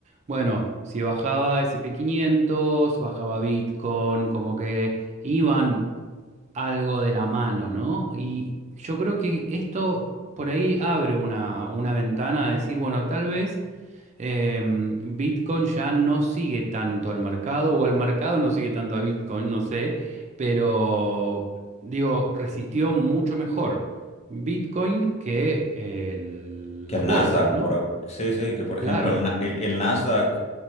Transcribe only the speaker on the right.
bueno, si bajaba S&P quinientos, bajaba Bitcoin, como que iban algo de la mano, ¿no? Y yo creo que esto por ahí abre una, una ventana a decir, bueno, tal vez eh, Bitcoin ya no sigue tanto al mercado, o al mercado no sigue tanto a Bitcoin, no sé, pero digo, resistió mucho mejor Bitcoin que eh, las
bolsas,
¿no?
Claro.